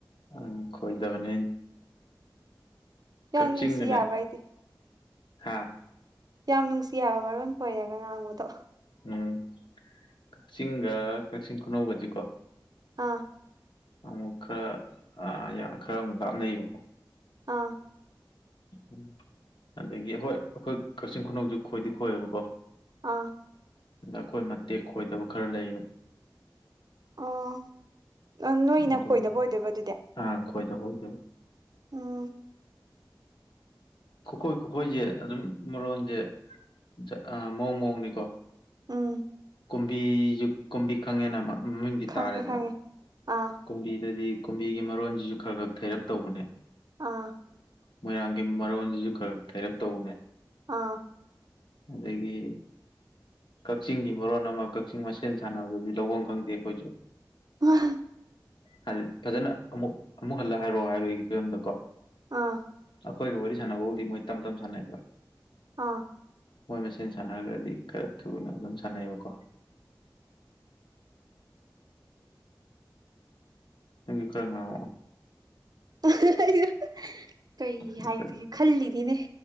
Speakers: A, on the left; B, on the right.
A: ꯑꯪ ꯈꯣꯏꯗꯕꯅꯦ
B: ꯌꯥꯝ
A: ꯀꯛꯆꯤꯡꯒꯅꯦ
B: ꯅꯨꯡꯁꯤ ꯍꯥꯏꯕ ꯑꯩꯗꯤ
A: ꯍꯥꯥ
B: ꯌꯥꯝ ꯅꯨꯡꯁꯤ ꯍꯥꯏꯕ ꯃꯔꯣꯟ ꯈꯣꯏꯔꯒ ꯉꯥꯡꯕꯗꯣ
A: ꯎꯝ ꯀꯛꯆꯤꯡꯒ ꯀꯛꯆꯤꯡ ꯈꯨꯅꯧꯒꯁꯤꯀꯣ
B: ꯑꯥ
A: ꯑꯃꯨꯛ ꯈꯔꯥ ꯑꯥ ꯈꯔꯥ ꯑꯃꯨꯛ ꯂꯥꯞꯅꯩꯌꯦꯕꯀꯣ
B: ꯑꯥ
A: ꯎꯝ ꯑꯗꯒꯤ ꯍꯣꯏ ꯑꯩꯈꯣꯏ ꯀꯛꯆꯤꯡ ꯈꯨꯅꯧꯁꯨ ꯈꯣꯏꯗꯤ ꯈꯣꯏꯑꯦꯕꯀꯣ
B: ꯑꯥ
A: ꯑꯗ ꯑꯩꯈꯣꯏ ꯃꯇꯦꯛ ꯈꯣꯏꯗꯕ ꯈꯔ ꯂꯩꯌꯦꯕ
B: ꯑꯣ ꯅꯣꯏꯅ
A: ꯑꯗꯨꯝ
B: ꯈꯣꯏꯗꯕ ꯑꯣꯏꯗꯣꯏꯕ ꯑꯗꯨꯗꯤ
A: ꯑꯥ ꯈꯣꯏꯗꯕ ꯑꯣꯏꯗꯣꯏꯕ
B: ꯎꯝ
A: ꯈꯨꯀꯣꯏ ꯈꯨꯀꯣꯏꯁꯦ ꯑꯗꯨꯝ ꯃꯔꯣꯟꯁꯦ ꯖ ꯑꯥ ꯃꯑꯣꯡ ꯃꯑꯣꯡꯅꯤꯀꯣ
B: ꯎꯝ
A: ꯀꯨꯝꯕꯤꯁꯨ ꯀꯨꯝꯕꯤ ꯈꯪꯉꯦꯅ ꯃꯃꯤꯡꯗꯤ
B: ꯈꯪꯉꯦ
A: ꯇꯥꯔꯦꯗꯅ
B: ꯈꯪꯉꯦ ꯑꯥ
A: ꯀꯨꯝꯕꯤꯗꯗꯤ ꯀꯨꯝꯕꯤꯒꯤ ꯃꯔꯣꯟꯁꯤꯁꯨ ꯈꯔ ꯈꯔ ꯊꯩꯔꯞ ꯇꯧꯕꯅꯦ
B: ꯑꯥ
A: ꯃꯣꯏꯔꯥꯡꯒꯤ ꯃꯔꯣꯟꯁꯤꯁꯨ ꯈꯔ ꯊꯩꯔꯞ ꯇꯧꯕꯅꯦ
B: ꯑꯥ
A: ꯑꯗꯒꯤ ꯀꯛꯆꯤꯡꯒꯤ ꯃꯔꯣꯟ ꯑꯃ ꯀꯛꯆꯤꯡ ꯃꯁꯦꯟ ꯁꯥꯟꯅꯕꯗꯗꯤ ꯂꯧꯕꯝ ꯈꯪꯗꯦ ꯑꯩꯈꯣꯏꯁꯨ
B: ꯋꯥ <unintelligible>
A: ꯍꯥꯏꯗꯤ ꯐꯖꯅ ꯑꯃꯨꯛ ꯑꯃꯨꯛ ꯍꯜꯂ ꯍꯥꯏꯔꯛꯑꯣ ꯍꯥꯏꯕꯒꯤ ꯐꯤꯕꯝꯗ ꯀꯣ
B: ꯑꯥ
A: ꯑꯩꯈꯣꯏꯒ ꯋꯥꯔꯤ ꯁꯥꯟꯅꯕꯕꯨꯗꯤ ꯃꯣꯏ ꯇꯝ ꯇꯝ ꯁꯥꯟꯅꯩꯕꯥ
B: ꯑꯥ
A: ꯑꯈꯣꯏ ꯃꯁꯦꯟ ꯁꯥꯟꯅꯔꯒꯗꯤ ꯈꯔ ꯊꯨꯅ ꯑꯗꯨꯝ ꯁꯥꯟꯅꯩꯌꯦꯕꯀꯣ <unintelligible>
B: ꯑꯩꯁꯨ ꯀꯩ
A: ꯑꯝꯇ
B: ꯍꯥꯏꯁꯤꯒꯦ ꯈꯜꯂꯤꯅꯤꯅꯦ